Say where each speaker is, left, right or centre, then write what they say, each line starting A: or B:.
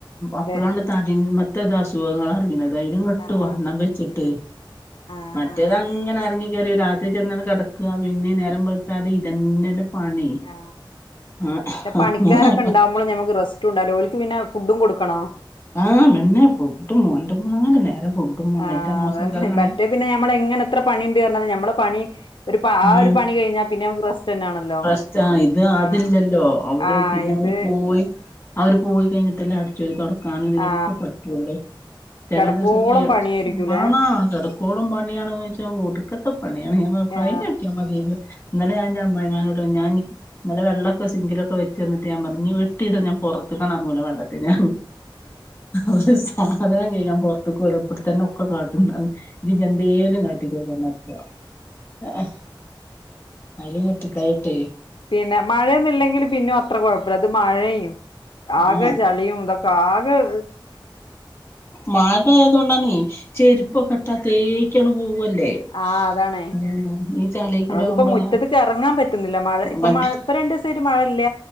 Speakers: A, on the left; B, on the left.
A: നീര്
B: അപ്പളാണ് തടിമത്തേ അസുഖങ്ങൾ അറിന്ന ധൈര്യം വിട്ടു
A: ആഹ്
B: വണ്ണം വച്ചിട്ട്
A: ആഹ്
B: മറ്റേതങ്ങനെ
A: ആഹ്
B: ഇറങ്ങി കേറി രാത്രി ചെന്നട് കെടക്ക പിന്നെ നേരം വെള്ത്താല് ഇതന്നെയല്ല പണി
A: ആ
B: അങ്ങനെ
A: പണിക്കാരൊക്കെ ഉണ്ടാവുമ്പോ ഞമക്ക് റെസ്റ്റൂണ്ടാവൂല ഓല്ക്ക് പിന്നെ ഫുഡും കൊടുക്കണോ
B: ആ മന്നെ ഫുഡും രണ്ട് മൂന്നാല് നേരം ഫുഡും മാണം
A: ആ
B: ന്റെ അമ്മോശക്കക്കാണെങ്കി
A: അതാണ് മറ്റേ പിന്നെ ഞമ്മളെ എങ്ങനെ എത്ര പണിണ്ട് പറഞ്ഞാലും ഞമ്മളെ പണി ഒരു ആ
B: ഉം
A: ഒരു പണി കഴിഞ്ഞാ പിന്നെ നമുക്ക് റെസ്റ്റന്നെ ആണല്ലോ
B: റെസ്റ്റാ ഇത് അതില്ലല്ലോ
A: ആ
B: അവര്
A: ആ
B: പിന്നെ
A: ഇത്
B: അവര് പോയി അവര് പോയി കഴിഞ്ഞിട്ടല്ലെ അടിച്ചൊരി തൊട ക്കാനും ഇതിനൊക്കെ
A: ആ
B: പറ്റുള്ളെ ചില
A: കിടക്കോളം
B: ദിവസക്കാണ
A: പണിയായിരിക്കൂലേ
B: <unintelligible> ക്കോളും പണിയാണന്ന് വെച്ചാ ഒടുക്കത്തെ പണിയാണ് മ്മ കൈഞ്ട്ടിയാ
A: ആ
B: മതിയെനി ഇന്നലെ ഞാന്റെ അമ്മായിമ്മനോടർഞ് ഞാ ഇന്നലെ വെള്ളൊക്കെ സിങ്കിലൊക്കെ വെച്ചെന്നിട്ട് ഞാൻ പറഞ് എട്ടിസം ഞൻ പുറത്തക്കടറെങ്ങൂല വെള്ളത്തിന്‌ ഒരു സാധനം കെയ്കാൻ പുറത്ക് പോല എവടെത്തന്നെ ഒക്കെ കാട്ടും ജ് എന്തേലും കാട്ടിക്കോ പറഞ്ഞ പോവാ ആ അയ്ല്ങ്ങട്ട് തായിട്ട്
A: പിന്നെ മഴയൊന്നില്ലെങ്കിൽ പിന്നും അത്ര കുഴപ്പമില്ല അത് മഴയും ആകെ
B: ആഹ്
A: ചളിയും ഇതൊക്കെ ആകെ-
B: മഴയത കൊണ്ടണീ ചെരുപ്പൊക്കെ ഇട്ടാൽ തേക്കിയണ്ട പോവല്ലേ
A: ആ അതാണ്
B: ഉം ചളീക്കൂടെ
A: ഞങ്ങൾക്ക്
B: ആവുമ്പോ
A: പ്പോ മുറ്റത്ത്ക്ക്
B: ഞാൻ
A: ഇറങ്ങാൻ പറ്റുന്നില്ല മഴ ഇപ്പൊ
B: മറ്റേ
A: മഴ ഇപ്പൊ രണ്ടോസയിട്ട് മഴല്ല